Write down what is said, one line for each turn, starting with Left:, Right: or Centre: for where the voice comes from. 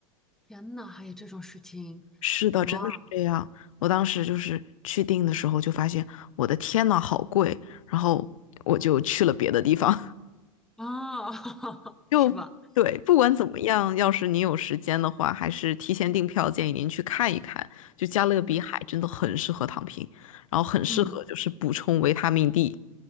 Centre: 天呐，还有这种事情？
Left: 是的，
Centre: 哇
Left: 真的是这样。我当时就是去订的时候就发现，我的天呐，好贵！然后我就去了别的地方。<laughs>
Centre: 啊，<laughs>
Left: 就对，
Centre: 是吧？
Left: 不管怎么样，要是你有时间的话，还是提前订票，建议您去看一看。就加勒比海真的很适合躺平，
Centre: 嗯
Left: 然后很适合就是补充维他命
Centre: 嗯，
Left: D。